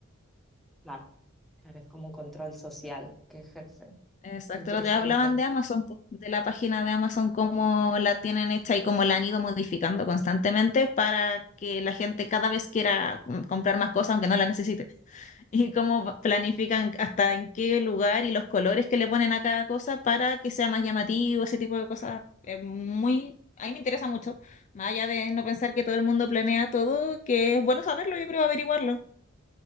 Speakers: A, in the centre; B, on the left.
A: Claro, claro, es como un control social que ejercen.
B: Exacto,
A: Qué interesante.
B: lo te hablaban de Amazon, po, de la página de Amazon, cómo la tienen hecha y cómo la han ido modificando constantemente para que la gente cada vez quiera com- comprar más cosas aunque no la necesite. <laughs> Y cómo va- planifican hasta en qué lugar y los colores que le ponen a cada cosa para que sea más llamativo, ese tipo de cosas. Es muy, a mí me interesa mucho, más allá de no pensar que todo el mundo planea todo, que es bueno saberlo, yo creo averiguarlo,